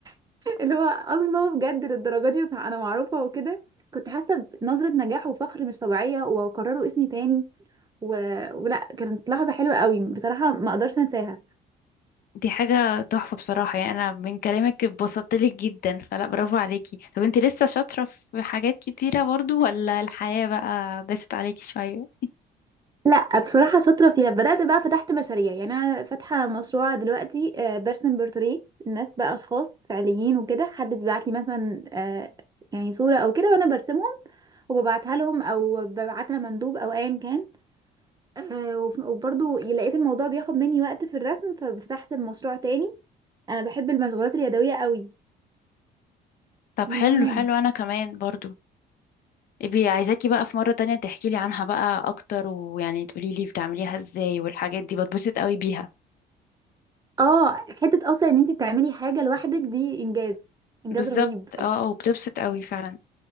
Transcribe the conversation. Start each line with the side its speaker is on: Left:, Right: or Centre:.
Right: <laughs> اللي هو الله بجد للدرجه دي انا معروفه وكده كنت حاسه بنظره نجاح وفخر مش طبيعيه وقرروا اسمي تاني و... ولا كانت لحظه حلوه قوي بصراحه ما اقدرش انساها
Left: دي حاجة تحفة بصراحة يعني أنا من كلامك اتبسطت لك جدا فلا برافو عليكي طب انت لسه شاطرة في حاجات كتيرة برضو ولا الحياة بقى داست عليكي شوية
Right: لا بصراحة شاطرة فيها بدأت بقى فتحت مشاريع يعني أنا فاتحة مشروع دلوقتي آه، برسم بورتريه الناس بقى أشخاص فعليين وكده حد بيبعت لي مثلا آه، يعني صورة أو كده وأنا برسمهم وببعتها لهم أو ببعتها مندوب أو أيا كان آه، وف- وبرضه لقيت الموضوع بياخد مني وقت في الرسم ففتحت مشروع تاني أنا بحب المشغولات اليدوية قوي
Left: طب
Right: من
Left: حلو
Right: زمان
Left: حلو أنا كمان برضو ابي عايزاكي بقى في مرة تانية تحكي لي عنها بقى أكتر ويعني تقولي لي بتعمليها ازاي والحاجات دي بتبسط قوي بيها
Right: اه حتة أصلا إن أنت تعملي حاجة لوحدك دي إنجاز إنجاز
Left: بالظبط
Right: رهيب
Left: اه وبتبسط قوي فعلا